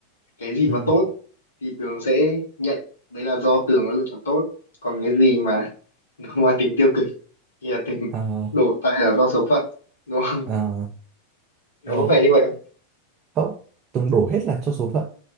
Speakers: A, on the left; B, on the right.
A: cái gì
B: ừ.
A: mà tốt thì Tường sẽ nhận đấy là do Tường có lựa chọn tốt còn cái gì mà <laughs> nó mang tính tiêu cực thì là Tường
B: à,
A: đổ tại là do số phận đúng không
B: à,
A: nó
B: ờ,
A: có phải như vậy không
B: không Tường đổ hết là cho số phận